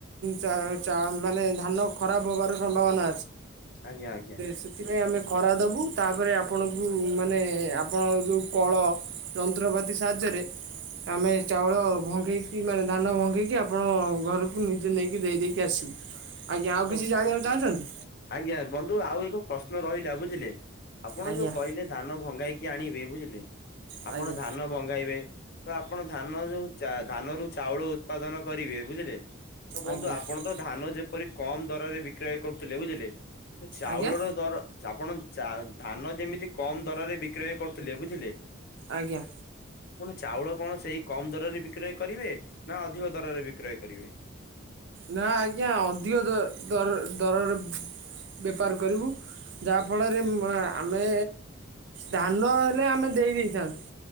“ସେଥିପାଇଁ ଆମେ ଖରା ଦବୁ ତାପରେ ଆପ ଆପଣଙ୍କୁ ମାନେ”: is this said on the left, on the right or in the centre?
Right